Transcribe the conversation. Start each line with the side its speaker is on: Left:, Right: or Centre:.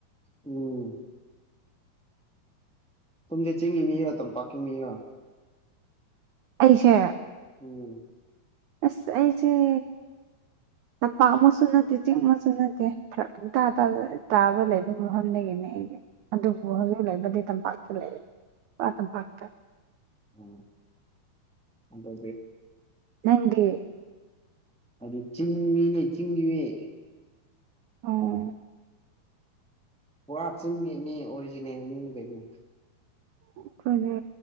Centre: ꯎꯝ ꯇꯨꯡꯁꯦ ꯆꯤꯡꯒꯤ ꯃꯤꯔꯥ ꯇꯝꯄꯥꯛꯀꯤ ꯃꯤꯔꯥ
Right: ꯑꯩꯁꯦ
Centre: ꯎꯝ
Right: ꯑꯁ ꯑꯩꯁꯤꯦ ꯇꯝꯄꯥꯛ ꯃꯨ ꯅꯠꯇꯦ ꯆꯤꯡ ꯃꯨ ꯅꯠꯇꯦ ꯐꯔ ꯇꯥꯕ ꯂꯩꯕ ꯃꯐꯝꯗꯒꯤꯅꯦ ꯑꯗꯨꯕꯨ ꯍꯧꯖꯤꯛ ꯂꯩꯕꯗꯤ ꯇꯝꯄꯥꯛꯇ ꯂꯩꯔꯥ ꯇꯝꯄꯥꯛꯇ
Centre: ꯑ ꯑꯗ
Right: ꯅꯪꯦ
Centre: ꯑꯗ ꯆꯤꯤꯡꯃꯤꯅꯦ ꯆꯤꯦ
Right: ꯑꯣ
Centre: ꯄꯨꯔꯥ ꯆꯤꯟꯒꯤꯅꯦ ꯑꯣꯔꯤꯖꯤꯅꯦꯜꯅꯤꯅꯤ ꯀꯩꯅꯣ
Right: ꯑꯩꯈꯣꯏꯒꯤ